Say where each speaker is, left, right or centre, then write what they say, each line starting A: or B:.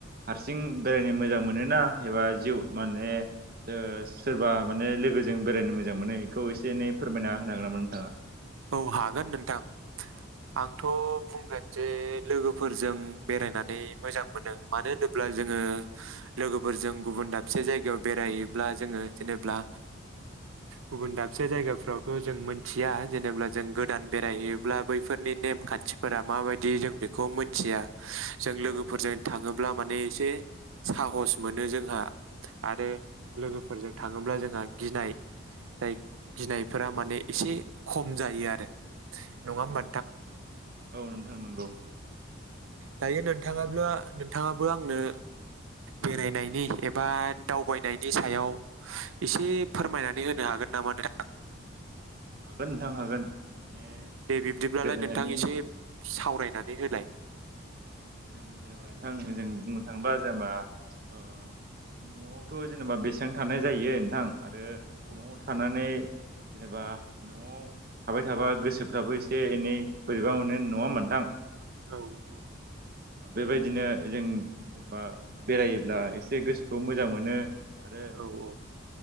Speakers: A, on the right (about 45°); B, on the right (about 80°).
A: हारसिं बेरायनो मोजां मोनो ना एबा जिउ माने ओ सोरबा माने लोगोजों बेरायनो मोजां मोनो बेखौ एसे एनै फोरमायना होनो हागोन नामा नोंथाङा?
B: औ हागोन नोंथां। आंथ' बुंगोन जे लोगोफोरजों बेरायनानै मोजां मोनो मानो होनोब्ला जोङो लोगोफोरजों गुबुन दाबसे जायगायाव बेरायोब्ला जोङो जेनेब्ला गुबुन दाबसे जायगाफ्रावथ' जों मोनथिया जेनब्ला जों गोदान बेरायहैयोब्ला बैफोरनि नेम खान्थिफोरा माबायदि जों बेखौ मोनथिया जों लोगोफोरजों
A: अ औ नोंथां नंगौ
B: थाङोब्ला माने एसे साहस मोनो जोंहा आरो लोगोफोरजों थाङोब्ला जोंहा गिनाय जाय गिनायफोरा माने एसे खम जायो आरो नङा
A: औ
B: होमबा
A: नोंथां औ औ नोंथां नंगौ।
B: दायो नोंथाङाब्ला नोंथाङाबो आंनो बेरायनायनि एबा दावबायनायनि सायाव एसे फोरमायनानै होनो हागोन नामा नोंथां?
A: हागोन नोंथां हागोन। माने
B: दे बिब्दिब्लालाय
A: बेरायनायनि
B: नोंथां एसे सावरायनानै होलाय।
A: जों जेनेबा नोंथां जों बुंनो थाङोबा जेनेबा ओ न'आवथ' जेनेबा बेसेबां थानाय जायो नोंथां आरो
B: औ
A: न'आव
B: नंगौ
A: थानानै
B: नोंथां।
A: जेनेबा न'आव थाबाय थाबा गोसोफ्राबो एसे एनै बोरैबा मोनो नङामोन नोंथां?
B: औ नोंगौ।
A: बेबायदिनो जों जेनेबा बेरायोब्ला एसे गोसोखौ मोजां मोनो आरो
B: औ औ